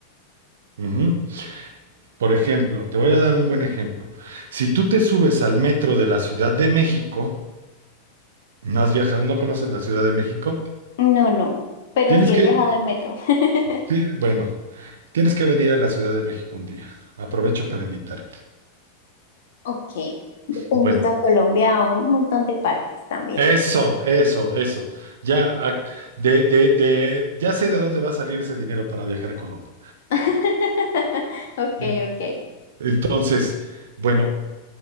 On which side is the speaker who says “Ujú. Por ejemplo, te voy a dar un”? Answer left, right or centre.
Right